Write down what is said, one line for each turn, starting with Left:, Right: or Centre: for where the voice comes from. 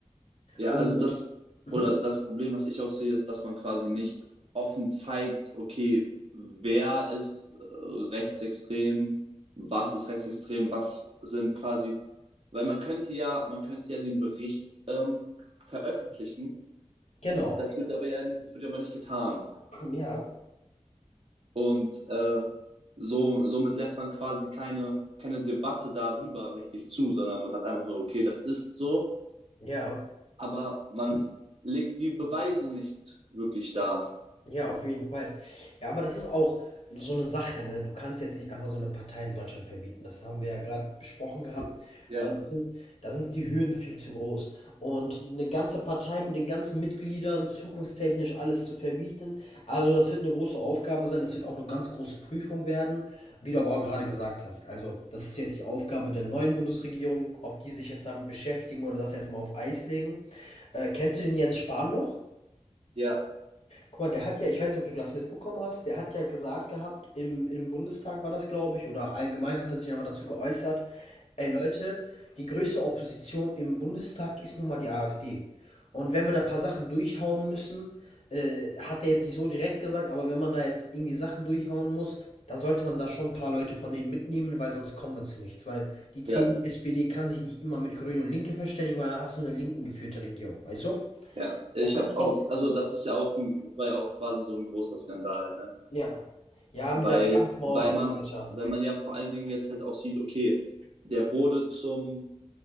Right: ja,
Left: und
Right: also das,
Left: mhm,
Right: oder das Problem, was ich auch sehe, ist, dass man quasi nicht offen zeigt, okay, wer ist äh, rechtsextrem, was ist rechtsextrem, was sind quasi Weil man könnte ja, man könnte ja den Bericht ähm, veröffentlichen.
Left: genau,
Right: Das wird aber ja nicht, das wird ja aber nicht getan.
Left: ja,
Right: Und äh, so, somit lässt man quasi keine, keine Debatte darüber richtig zu, sondern man sagt einfach nur okay, das ist so,
Left: ja.
Right: aber man legt die Beweise nicht wirklich dar.
Left: Ja, auf jeden Fall. Ja, aber das ist auch so eine Sache, ne? Du kannst jetzt nicht einfach so eine Partei in Deutschland verbieten. Das haben wir ja gerade besprochen gehabt,
Right: Ja,
Left: weil es sind da sind die Hürden viel zu groß. Und eine ganze Partei mit den ganzen Mitgliedern zukunftstechnisch alles zu verbieten, also, das wird eine große Aufgabe sein. Das wird auch eine ganz große Prüfung werden, wie du aber auch gerade gesagt hast. Also, das ist jetzt die Aufgabe der neuen Bundesregierung, ob die sich jetzt damit beschäftigen oder das erstmal auf Eis legen. Äh, kennst du den Jens Spahn noch?
Right: ja,
Left: Guck mal, der hat ja ich weiß nicht, ob du das mitbekommen hast, der hat ja gesagt gehabt, im im Bundestag war das, glaube ich, oder allgemein hat er sich einfach dazu geäußert: „Ey Leute, die größte Opposition im Bundestag ist nun mal die AfD. Und wenn wir da ein paar Sachen durchhauen müssen“ äh, hat er jetzt nicht so direkt gesagt, aber wenn man da jetzt irgendwie Sachen durchhauen muss, dann sollte man da schon ein paar Leute von denen mitnehmen, weil sonst kommen wir zu nichts. Weil die CDU,
Right: ja,
Left: SPD kann sich nicht immer mit Grüne und Linke verständigen, weil dann hast du eine linken geführte Regierung, weißt du?
Right: ja. Ich
Left: Das muss
Right: habe
Left: schon,
Right: auch, also das ist ja auch, ein- das war ja auch quasi so ein großer Skandal, ne?
Left: Ja. Ja,
Right: Weil,
Left: mit der Brandmauer
Right: weil
Left: und
Right: man,
Left: so weiter.
Right: weil man ja vor allen Dingen jetzt halt auch sieht, okay, der wurde zum